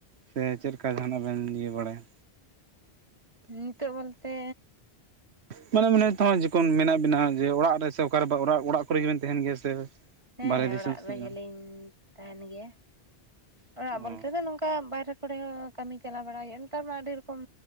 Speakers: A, on the right; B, on the right.
A: ᱥᱮ ᱪᱮᱫ ᱞᱮᱠᱟ ᱡᱟᱦᱟᱱᱟᱜ ᱵᱮᱱ ᱤᱭᱟᱹ ᱵᱟᱲᱟᱭᱟ?
B: ᱱᱤᱛᱚᱜ ᱵᱚᱞᱛᱮ
A: ᱢᱟᱱᱮ ᱢᱮ ᱛᱮ ᱡᱚᱠᱷᱚᱱ ᱢᱮᱱᱟᱜ ᱵᱮᱱᱟ ᱡᱮ ᱚᱲᱟᱜ ᱨᱮ ᱥᱮ ᱚᱠᱟᱨᱮᱲᱟᱜ ᱚᱲᱟᱜ ᱠᱚᱨᱮ ᱜᱮᱵᱮᱱ ᱛᱟᱦᱮᱱ ᱜᱮᱭᱟ ᱥᱮ
B: ᱦᱮᱸ
A: ᱵᱟᱨᱦᱮ
B: ᱦᱮᱸ
A: ᱫᱤᱥᱚᱢ
B: ᱚᱲᱟᱜ
A: ᱥᱮᱫ
B: ᱨᱮᱜᱮᱞᱤᱧ ᱛᱟᱦᱮᱱ ᱜᱮᱭᱟ ᱚᱲᱟᱜ
A: ᱚ
B: ᱵᱚᱞᱛᱮ ᱫᱚ ᱱᱚᱝᱠᱟ ᱚᱱᱠᱟ ᱵᱟᱨᱦᱨᱮ ᱠᱚᱨᱮ ᱦᱚᱸ ᱠᱟᱹᱢᱤ ᱪᱟᱞᱟᱣ ᱵᱟᱲᱟᱭ ᱦᱩᱭᱩᱜᱼᱟ ᱚᱱᱠᱟ ᱢᱟ ᱟᱹᱰᱤ ᱨᱚᱠᱚᱢ